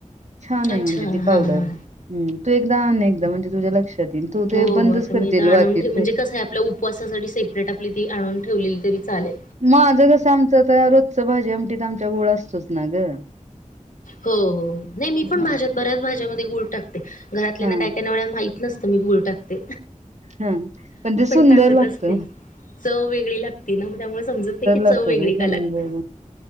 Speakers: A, on the right (about 60°); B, on the left (about 85°).
A: छान आहे
B: अच्छा
A: म्हणजे
B: हां,
A: ती पावडर
B: हां.
A: हम्म तू एकदा आण एकदा म्हणजे तुझ्या लक्षात येईल. तू ते
B: हो
A: बंदच
B: हो आता
A: करशील
B: मी त आणून
A: बाकीच.
B: ठेव म्हणजे कसं आहे आपल्या उपवासासाठी सेपरेट आपली ती आणून ठेवलेली तरी चालेल.
A: माझं कसं आमचं आता रोजच भाजी आमटी त आमच्या गुळ असतोच. ना गं.
B: हो हो नाही मी पण
A: हा
B: भाज्यात बऱ्याच भाज्यामध्ये गुळ टाकते घरातल्या
A: हा
B: ना काय कायन वेळा माहित नस त की मी गुळ टाकते.
A: हा पण तेे सुंदर
B: टाकत
A: लागत.
B: असते. चव वेगळी लागते ना म त्यामुळे समजत नाही की
A: लागतं
B: चव वेगळी
A: ते सुंदर
B: का लागते